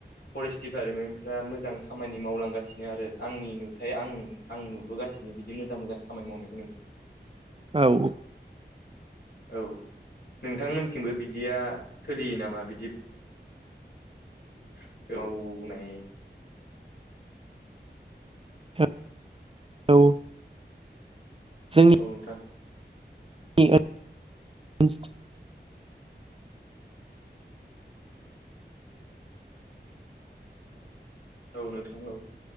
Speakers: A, on the left; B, on the right.
A: फरेस्ट दिपारमेन्टफ्रा मोजां खामानि मावलांगासिनो आरो आंनि नुथाय आं आं नुबोगासिनो बिदिनो मोजां मोजां खामानि मावनायखौ नों
B: औ
A: औ नोंथांमोनथिंबो बिदिया सोलियो नामा बिदि बेयाव <unintelligible>
B: <unintelligible> औ जोंनि
A: औ नोंथां।
B: <unintelligible>
A: औ नोंथां औ।